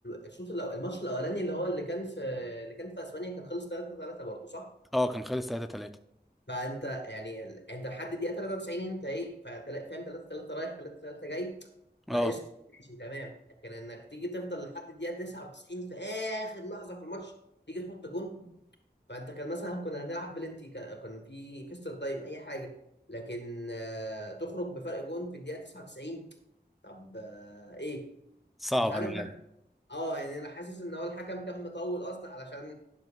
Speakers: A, on the left (about 85°); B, in the centre.
A: الشوط الأول- الماتش الاولاني اللي هو اللي كان في اللي كان في اسبانيا كان خلص 3 3 برضه صح
B: اه كان خلص 3 3
A: فانت يعني ال- انت لحد الدقيقه 93 انت ايه فتلا- فاهم 3 3 رايح 3 3 جاي
B: اه
A: فقشطه ماشي تمام لكن انك تيجي تفضل لحد الدقيقه 99 في اخر لحظه في الماتش تيجي تحط جون فانت كان مثلا كنا هنلعب بلنتي كان كان في كسر تايم اي حاجه لكن آه، تخرج بفرق جون في الدقيقه 99 طب آه، ايه
B: صعب
A: أنا مش عارف
B: انا
A: بقى.
B: عارف
A: اه يعني انا حاسس ان هو الحكم كان مطول قصد علشان